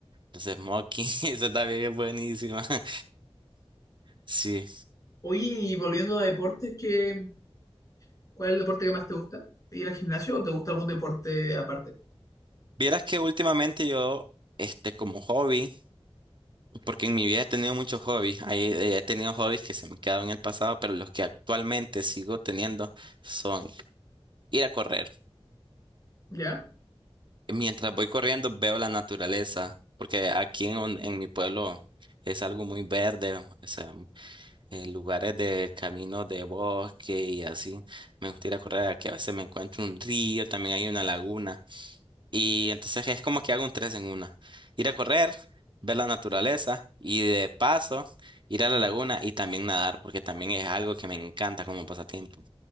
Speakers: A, on the right; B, on the left.
A: los Smoking. <laughs> Eso también es buenísima. <laughs> Sí.
B: Oye, y volviendo a deportes, ¿qué, cuál es el deporte que más te gusta? ¿Ir al gimnasio o te gusta algún deporte aparte?
A: Vieras que últimamente yo, este, como hobby, Porque en mi vida he tenido muchos hobbies. Ahí, eh, He tenido hobbies que se me quedaron en el pasado, pero los que actualmente sigo teniendo son ir a correr.
B: ¿Ya?
A: Mientras voy corriendo veo la naturaleza, porque aquí en, un- en mi pueblo es algo muy verde, o sea, eh, lugares de caminos de bosque y así. Me gusta ir a correr, aquí a veces me encuentro un río, también hay una laguna. Y entonces es como que hago un tres en una. Ir a correr, ver la naturaleza y de paso ir a la laguna y también nadar, porque también es algo que me encanta como pasatiempo.